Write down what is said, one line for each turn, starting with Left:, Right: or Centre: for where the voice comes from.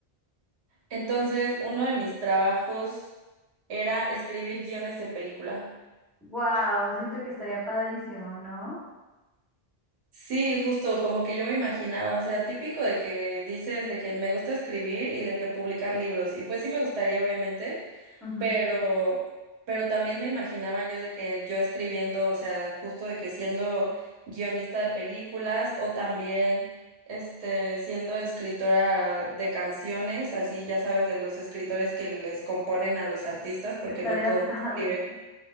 Right: Entonces, uno de mis trabajos era escribir guiones de película.
Centre: Wow, siento que estaría padrísimo, ¿no?
Right: Sí, justo como que yo me imaginaba, o sea, típico de que dicen de que me gusta escribir y de que publicar libros, y pues sí me gustaría, obviamente
Centre: Ujú.
Right: pero, pero también me imaginaba yo de que yo escribiendo, o sea, justo de que siendo guionista de películas o también este siendo escritora de canciones, así ya sabes, de los escritores que les componen a los artistas, porque
Centre: Estaría
Right: no todos
Centre: <laughs>
Right: escriben.
Centre: padre.